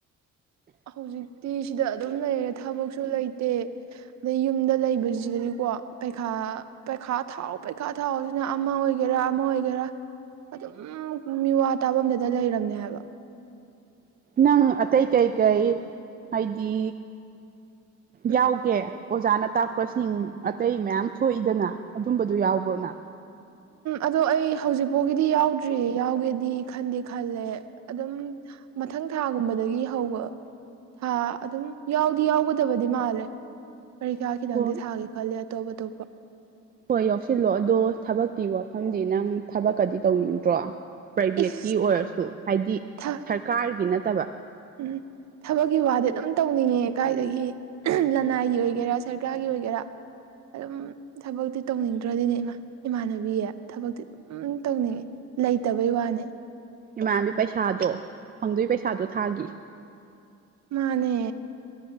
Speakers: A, on the right (about 65°); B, on the right (about 30°).
A: ꯍꯧꯖꯤꯛꯇꯤ ꯁꯤꯗ ꯑꯗꯨꯝ ꯂꯩꯔꯦ ꯊꯕꯛꯁꯨ ꯂꯩꯇꯦ ꯑꯗꯩ ꯌꯨꯝꯗ ꯂꯩꯕꯁꯤꯗꯗꯤꯀꯣ ꯄꯩꯈꯥ ꯄꯩꯈꯥ ꯊꯥꯎ ꯄꯩꯈꯥ ꯊꯥꯎꯁꯤꯅ ꯑꯃ ꯑꯣꯏꯒꯦꯔ ꯑꯃꯃꯥꯒꯦꯔ ꯑꯗꯨꯝ ꯃꯤꯋꯥ ꯇꯥꯐꯝꯗꯨꯗ ꯂꯩꯔꯝꯅꯦ ꯍꯥꯏꯕ
B: ꯅꯪ ꯑꯇꯩ ꯀꯩꯀꯩ ꯍꯥꯏꯗꯤ
A: ꯎꯝ
B: ꯌꯥꯎꯒꯦ ꯑꯣꯖꯥꯅ ꯇꯥꯛꯄꯁ ꯤꯡ ꯑꯇꯩ ꯃꯌꯥꯝ ꯊꯣꯛꯏꯗꯅ ꯑꯗꯨꯝꯕꯗꯨ ꯌꯥꯎꯕ꯭ꯔꯣꯅ
A: ꯑ ꯑꯩ ꯍꯧꯖꯤꯛ ꯐꯥꯎꯒꯤꯗꯤ ꯌꯥꯎꯗ꯭ꯔꯤ ꯌꯥꯎꯒꯦ ꯈ ꯈꯂꯦ ꯑꯗꯨꯝ ꯃꯊꯪ ꯊ ꯀꯨꯝꯕꯗꯒꯤ ꯍꯧꯕ ꯊꯥ ꯑꯗꯨꯝ ꯌꯥꯎꯗꯤ ꯌꯥꯎꯒꯗꯕꯗꯤ ꯃꯥꯜꯂꯦ ꯄꯔꯤꯈꯥ ꯈꯤꯇꯪꯗꯤ
B: ꯍꯣꯏ
A: ꯊꯥꯒꯦ ꯈꯜꯂꯤꯦ ꯑꯇꯣꯞ ꯑꯇꯣꯞꯄ
B: ꯍꯣꯏ ꯌꯥꯎꯁꯤꯜꯂꯣ ꯑꯗꯣ ꯊꯕꯛꯀꯤ ꯋꯥꯐꯝꯗꯤ ꯅꯪ ꯊꯕꯛꯀꯗꯤ ꯇꯧꯅꯤꯡꯗ꯭ꯔꯣ ꯄ꯭ꯔꯥꯏꯚꯦꯠꯀꯤ
A: ꯏꯁ
B: ꯑꯣꯏꯔꯁꯨ ꯍꯥꯏꯗꯤ
A: ꯊꯥ
B: ꯁꯔꯀꯥꯔꯒꯤ ꯅꯠꯇꯕ
A: ꯎꯝ ꯊꯕꯛꯀꯤ ꯋꯥꯗꯤ ꯑꯗꯨꯝ ꯇꯧꯅꯤꯡꯉꯦ ꯀ ꯀꯥꯏꯗꯒꯤ ꯂꯅꯥꯏꯒꯤ ꯑꯣꯏꯒꯦꯔꯥ ꯁꯔꯀꯥꯔꯒꯤ ꯑꯣꯏꯒꯦꯔꯥ ꯑꯗꯨꯝ ꯊꯕꯛꯇꯤ ꯇꯧꯅꯤꯡꯗ꯭ꯔꯗꯤꯅꯦ ꯏꯃꯥ ꯏꯃꯥꯟꯅꯕꯤꯌꯦ ꯊꯕꯛꯇꯤ ꯑꯗꯨꯝ ꯇꯧꯅꯤꯡꯉꯤ ꯂꯩꯇꯕꯩ ꯋꯥꯅꯦ
B: ꯏꯃꯥꯟꯅꯕꯤ ꯄꯩꯁꯥꯗꯣ ꯐꯪꯗꯣꯏꯒꯤ ꯄꯩꯁꯥꯗꯣ ꯊꯥꯒꯤ
A: ꯃꯥꯅꯦ